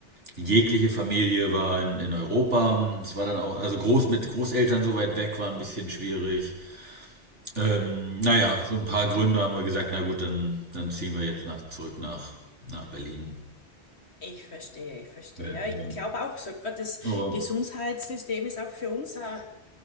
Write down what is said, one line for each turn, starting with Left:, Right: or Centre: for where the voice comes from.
Right: jegliche Familie war in, in Europa. Es war dann auch, also groß mit Großeltern so weit weg war ein bisschen schwierig. Ähm, naja, so ein paar Gründe haben wir gesagt, na gut, dann, dann ziehen wir jetzt nach, zurück nach, nach Berlin.
Left: Ich verstehe, ich verstehe.
Right: Ja,
Left: Ja,
Right: ja.
Left: ich glaube auch so, gerade das
Right: Aber,
Left: Gesundheitssystem ist auch für uns eine,